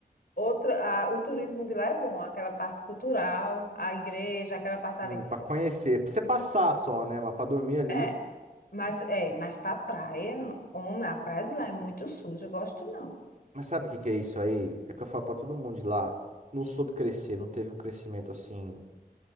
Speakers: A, on the left; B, on the right.
A: outro, a- o turismo de lá é bom, aquela parte cultural, a igreja, aquela
B: Sim,
A: parte ali.
B: para conhecer, para você passar só, né, mas para dormir ali.
A: É, mas, é, mas pra praia, homem, a praia de lá é muito suja, eu gosto não.
B: Mas sabe o que que é isso aí? É que eu falo para todo mundo de lá, não soube crescer, não teve um crescimento assim,